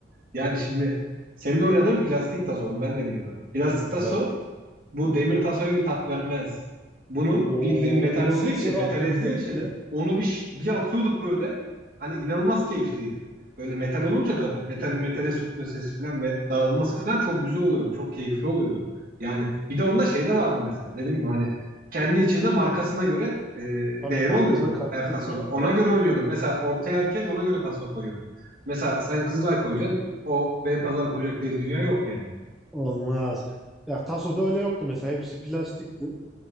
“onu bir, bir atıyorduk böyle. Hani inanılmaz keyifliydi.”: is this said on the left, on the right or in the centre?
Right